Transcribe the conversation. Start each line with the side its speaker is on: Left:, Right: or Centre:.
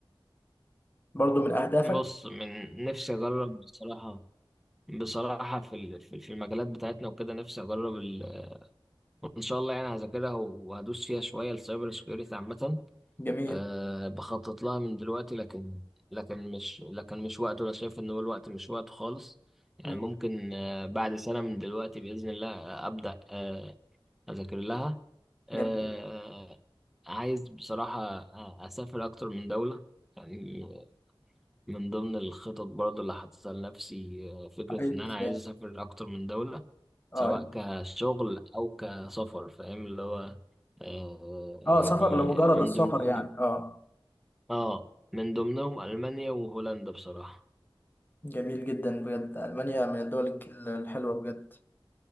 Left: برضو من أهدافك
Centre: بص من نفسي اجرب بصراحة بصراحة في ال- في في المجالات بتاعتنا وكده نفسي اجرب ال... وان شاء الله يعني هذاكرها وهدوس فيها شوية السايبر سكيورتي عامة
Left: جميل
Centre: أه بخطط لها من دلوقتي لكن لكن مش لكن مش وقته انا شايف ان هو الوقت مش وقته خالص يعني
Left: مم.
Centre: ممكن أه بعد سنة من دلوقتي بإذن الله آه، أبدأ أه أذاكر لها أه
Left: جميل
Centre: عايز بصراحة آه، أسافر أكتر من دولة يعني من ضمن الخطط برضه اللي حاططها لنفسي آه، فكرة
Left: عايز
Centre: إن أنا عايز أسافر أكتر من دولة
Left: اه
Centre: سواء كشغل أو كسفر فاهم اللي هو آه،
Left: اه
Centre: يعني
Left: سفر لمجرد
Centre: من
Left: السفر
Centre: ضمنهم
Left: يعني اه
Centre: اه من ضمنهم ألمانيا وهولندا بصراحة
Left: جميل جدا بجد ألمانيا من الدول الك- الحلوة بجد